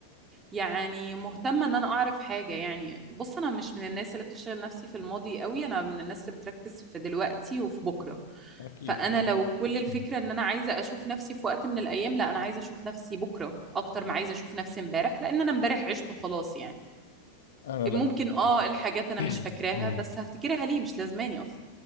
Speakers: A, on the right; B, on the left.
A: يعني مهتمة ان انا اعرف حاجة يعني بص انا مش من الناس اللي بتشغل نفسي في الماضي قوي انا من الناس اللي بتركز في دلوقتي وفي بكرة
B: اكيد
A: فانا
B: طبعا
A: لو كل الفكرة
B: <laughs>
A: ان انا عايزة اشوف نفسي في وقت من الايام لا انا عايزة اشوف نفسي بكرة اكتر ما عايزة اشوف نفسي امبارح لان انا امبارح عشته خلاص يعني
B: انا
A: ممكن
B: لا عكسك.
A: اه الحاجات انا
B: <clears throat>
A: مش فاكراها
B: أمم.
A: بس هفتكرها ليه مش لازماني اصلا